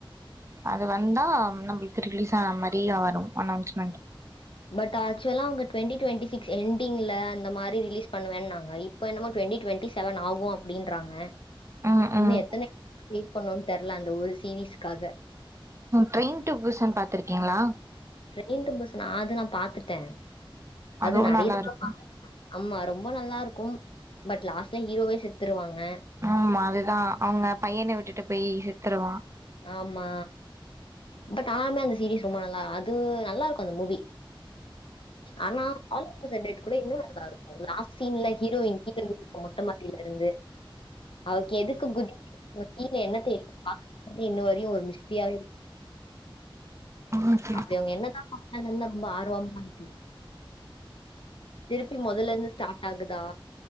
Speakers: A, on the right (about 30°); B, on the left (about 65°).
A: அது வந்தா நம்மளுக்கு ரிலீஸ் ஆன மாரியா வரு அனௌன்ஸ்மெண்ட்
B: பட் ஆக்சுவலா அங்க டுவெண்டி டுவெண்டி சிக்ஸ் என்டிங்ல இந்த மாரி ரிலீஸ் பண்ணுவேன்னாங்க இப் பென்னமோ டுவெண்டி டுவெண்டி செவன் ஆகு அப்டின்றாங்க
A: ம்
B: இன்னு
A: ம்
B: எத்தன <inaudible> வெயிட் பண்ணோனு தெர்ல அந்த ஒரு சீரீஸ்க்காக
A: ட்ரெயின் டு பூசன் பாத்துருக்கீங்களா
B: ட்ரெயின் டூ பூஸன் அது நா பாத்துட்டே அது
A: அதுவு
B: நெறைய
A: நல்லா
B: தடவ
A: இருக்கும்
B: <inaudible> ஆமா ரொம்ப நல்லா இருக்கும் பட் லாஸ்ட்ல ஹீரோவே செத்துருவாங்க
A: ஆமா அதுதா அவுங்க பையன விட்டுட்டு போய் செத்துருவா
B: ஆமா பட் ஆறுமே அந்த சீரீஸ் ரொம்ப நல்லா அது நல்லாருக்கு அந்த மூவி ஆனா all of us are dead கூட இன்னு நல்லாருக்கு லாஸ்ட் சீன்ல ஹீரோயின் கீழ குதிப்பா மொட்ட மாடில இருந்து அவக்கு எதுக்கு குதி <inaudible> கீழ என்னத்த எட் <inaudible> இன்ன வரையு ஒரு மிஸ்டியாவே இரு
A: ஓகே
B: அப்டி அவுங்க என்னதா <inaudible> ரொம்ப ஆர்வமா இருக்கு திருப்பி மொதல்ல இருந்து ஸ்டார்ட் ஆகுதா